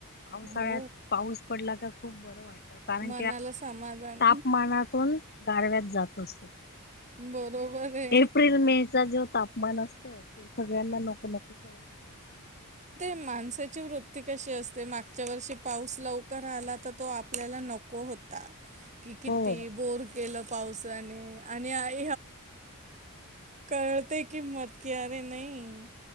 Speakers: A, on the left; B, on the right.
A: पावसाळ्यात
B: हो
A: पाऊस पडला. तर खूप बरं वाटतं. कारण
B: मनाला समाधान
A: तापमानात फरक पडतो. गारवा जास्त असतो.
B: बरोबर आहे.
A: एप्रिल मे जो तापमान असतो. तो सगळ्यांना नको नको वाटतो.
B: माणसाची वृत्ती कशी असते. मागच्या वर्षी पाऊस लवकर आला तर तो आपल्याला नकोस वाटतं तो होता किती
A: हो.
B: बोर केलं तर पावसाची किंमत कळते यावर्षी पाऊस नाही तर